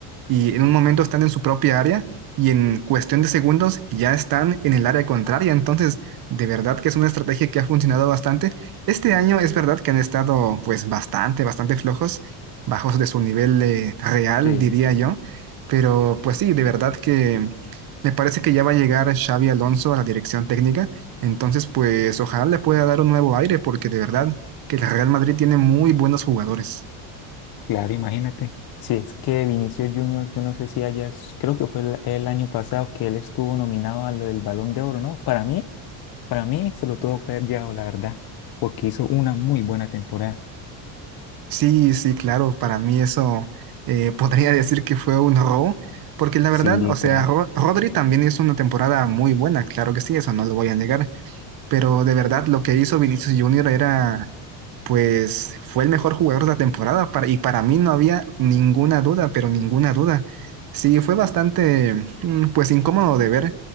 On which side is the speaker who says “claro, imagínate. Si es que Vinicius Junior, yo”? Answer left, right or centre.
Left